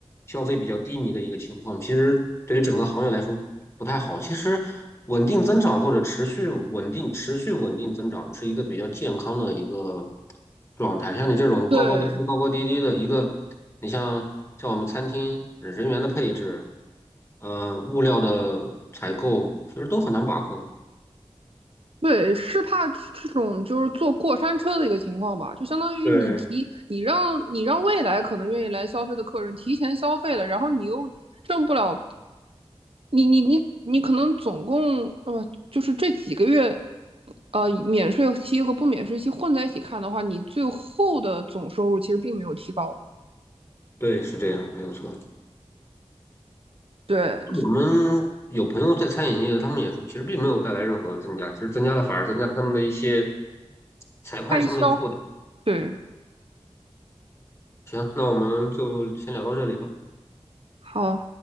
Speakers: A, on the left (about 25°); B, on the right (about 60°).
A: 消费比较低迷的一个情况。其实对于整个行业来说不太好。其实稳定增长或者持续稳定持续稳定增长是一个比较健康的一个状态。像你这种高高低低高高低低的一个，
B: 对
A: 你像像我们餐厅人员的配置，呃，物料的采购，其实都很难把控。
B: 对，是怕这种就是坐过山车的一个情况吧，就相当于你提你让你让未来可能愿意来消费的客人提前消费了，
A: 对，
B: 然后你又挣不了你你你你可能总共呃，就是这几个月，呃，免税期和不免税期混在一起看的话，你最后的总收入其实并没有提高。
A: 对，是这样，没有错。
B: 对，
A: 我们有朋友在餐饮业的他们也说，其实并没有带来任何增加，其实增加了反而增加了他们的一些财会上面的负担。
B: 开销。对，
A: 行，那我们就先聊到这里吧。
B: 好。